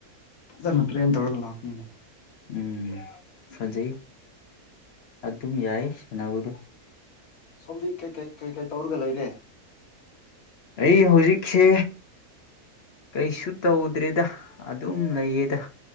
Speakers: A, on the left; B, on the left.
A: ꯐꯖꯅ ꯇ꯭ꯔꯦꯟ ꯇꯧꯔꯒ ꯂ ꯍꯥꯥꯛꯅꯤꯅꯦ
B: ꯎꯝ ꯐꯖꯩ ꯑꯗꯨꯝ ꯌꯥꯏ ꯁꯥꯟꯅꯕꯗꯣ
A: ꯁꯣꯝꯗꯤ ꯀꯩꯀꯩ ꯀꯩꯀꯩ ꯇꯧꯔꯒ ꯂꯩꯔꯦ
B: ꯑꯩ ꯍꯧꯖꯤꯛꯁꯦ ꯀꯩꯁꯨ ꯇꯧꯗ꯭ꯔꯦꯗ ꯑꯗꯨꯝ ꯂꯩꯌꯦꯗ